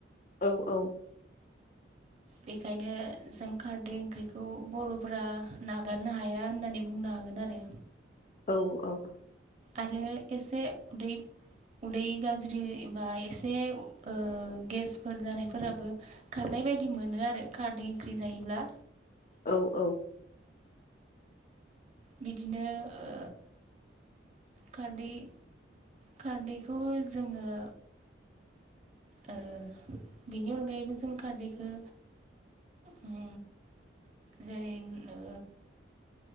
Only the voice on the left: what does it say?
औ औ
औ औ
औ औ
<inaudible>